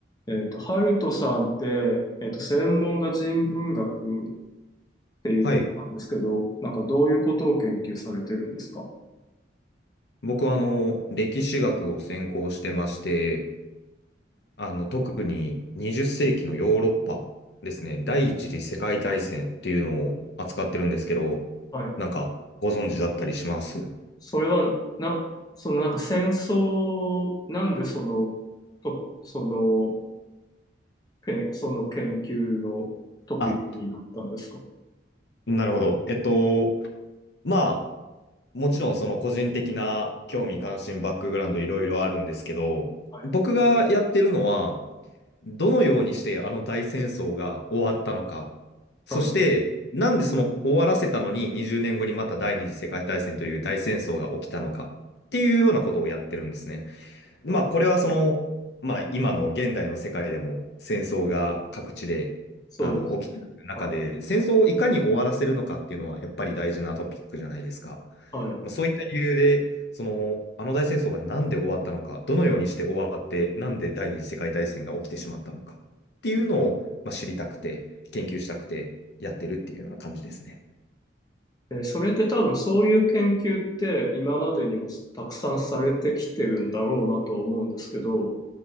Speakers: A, on the left; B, on the left.
A: えっと、ハルトさんって、えっと、専門が人文学っていうことなんですけど、
B: はい。
A: なんかどういうことを研究されてるんですか
B: 僕はあの、歴史学を専攻してまして、あの、特に20世紀のヨーロッパですね、第一次世界大戦っていうのを扱ってるんですけど、
A: はい。
B: なんかご存知だったりします
A: それは、な、そのなんか戦争、なんでその、と、その、け、その研究のトピックになったんですか
B: あ、なるほど。えっと、まあ、もちろんその個人的な興味関心、バックグラウンドいろいろあるんですけど、
A: はい。
B: 僕がやってるのは、どのようにしてあの大戦争が終わったのか、そしてなんでその終わらせたのに20年後にまた第二次世界大戦という大戦争が起きたのかっていうようなことをやってるんですね。
A: はい。
B: まあ、
A: あ
B: これはその、まあ、今の現代の世界でも戦争が各地であの起きている中で、
A: そうです。あ
B: 戦争をいかに終わらせるのかっていうのはやっぱり大事なトピックじゃないですか。
A: はい。
B: まあ、そういった理由で、その、あの大戦争がなんで終わったのか、どのようにして終わって、なんで第二次世界大戦が起きてしまったのかっていうのを、まあ、知りたくて、研究したくてやってるっていうような感じですね。
A: えそれって多分そういう研究って今までにもたくさんされてきてるんだろうなとは思うんですけど、